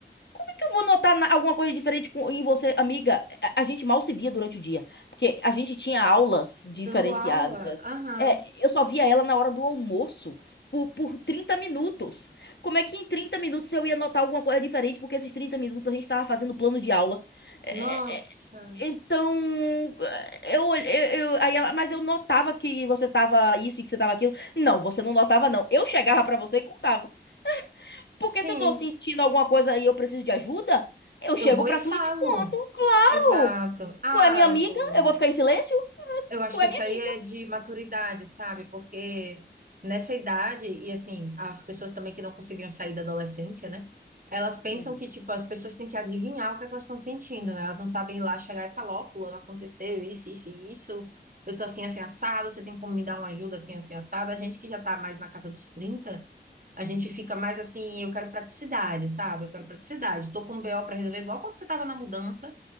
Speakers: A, on the left (about 75°); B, on the right (about 50°).
A: Como é que eu vou notar na- alguma coisa diferente com- em você, amiga? A, a gente mal se via durante o dia, porque a gente tinha aulas diferenciadas.
B: Dando aula? Aham.
A: É, eu só via ela na hora do almoço, por, por 30 minutos. Como é que em 30 minutos eu ia notar alguma coisa diferente? Porque esses 30 minutos a gente tava fazendo plano de aula. "É,
B: Nossa.
A: então, eu, olhe- eu, eu- aí ela, mas eu notava que você tava isso e que você tava aquilo. Não, você não notava, não. Eu chegava pra você e contava. Porque
B: Sim,
A: se eu tô sentindo alguma coisa e eu preciso de ajuda, eu chego
B: eu vou
A: pra
B: e falo.
A: tu e te conto. Claro!
B: Exato. Ah,
A: Tu é minha amiga,
B: Lu,
A: eu vou ficar em silêncio?
B: eu acho
A: Tu
B: que
A: é
B: isso
A: minha
B: aí
A: amiga.
B: é de maturidade, sabe? Porque nessa idade, e assim, as pessoas também que não conseguiram sair da adolescência, né? Elas pensam
A: Uhum.
B: que, tipo, as pessoas têm que adivinhar o que é que elas estão sentindo, né? Elas não sabem ir lá chegar e falar, ó, fulano, aconteceu isso, isso e isso. Eu tô assim, assim, assado, você tem como me dar uma ajuda assim, assim, assado? A gente que já tá mais na casa dos trinta A gente fica mais assim, eu quero praticidade, sabe? Eu quero praticidade. Tô com um BO para resolver, igual quando você tava na mudança,